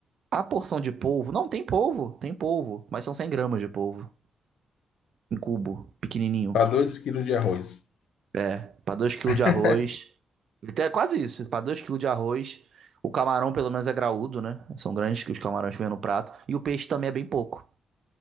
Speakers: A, on the right; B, on the left.
A: a porção de polvo, não tem polvo, tem polvo, mas são 100 gramas de polvo em cubo, pequenininho.
B: Para dois quilos de arroz.
A: É, para 2 quilos
B: <laughs>
A: de arroz. É quase isso, para dois quilos de arroz. O camarão, pelo menos, é graúdo, né? São grandes que os camarões que vêm no prato. E o peixe também é bem pouco.